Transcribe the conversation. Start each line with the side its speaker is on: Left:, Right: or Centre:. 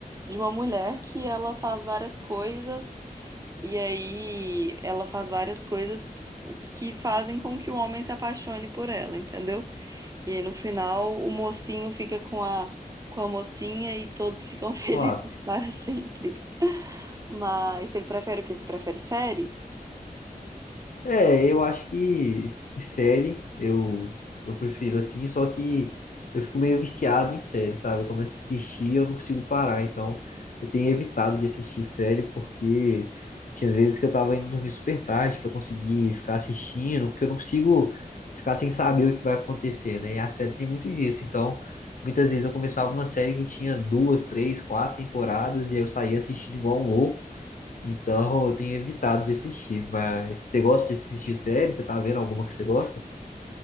Right: de uma mulher que ela faz várias coisas, e aí ela faz várias coisas que fazem com que o homem se apaixone por ela, entendeu? E aí, no final o mocinho fica com a, com a mocinha e todos ficam <laughs> felizes
Left: Claro.
Right: para sempre. Mas você prefere o quê? Você prefere série?
Left: É, eu acho que, que série eu, eu prefiro assim, só que eu fico meio viciado em série, sabe? Eu começo a assistir e eu não consigo parar, então eu tenho evitado de assistir série porque tinha vezes que eu tava indo dormir super tarde pra conseguir ficar assistindo, porque eu não consigo ficar sem saber o que vai acontecer, né? E a série tem muito disso, então muitas vezes eu começava uma série que tinha duas, três, quatro temporadas e aí eu saía assistindo igual um louco. Então eu tenho evitado de assistir, mas você gosta de assistir série? Você tá vendo alguma que você gosta?